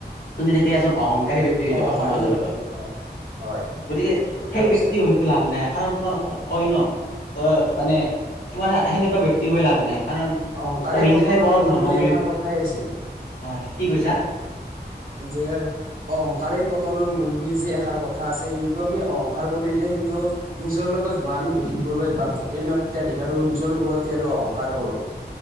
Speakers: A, on the left (about 80°); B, on the right (about 55°).
A: তুমি তেতিয়া এজন অহংকাৰ ব্যক্তি হৈ
B: অহংকাৰী
A: যাবা সমাজৰ
B: ব্যক্তি
A: আগত।
B: হয় হয়
A: গতিকে
B: ঠিক কথা
A: সেই
B: কৈছা
A: ব্যক্তি হয়তো লাভ নাই। কাৰণ তোমাৰ কয় ন তই মানে তোমাৰ সেনেকুৱা ব্যক্তি হৈ লাভ নাই। কাৰণ
B: অহংকাৰে
A: অহিংসাই
B: পতনৰ
A: পৰম
B: মূল
A: ধৰ্ম বুলি
B: এষাৰ
A: কয়।
B: কথাই আছে
A: অ', কি কৈছা? <inaudible>
B: যে অহংকাৰেই পতনৰ মূল বুলি যি এষাৰ কথা আছে সেইটো আমি অহংকাৰ কৰিলেই ত নিজৰ লগত হোৱা আমি দেখিবলৈ পাম যদি আমি অত্যাধিক আৰু নিজৰ ওপৰতে আৰু অহংকাৰ কৰো।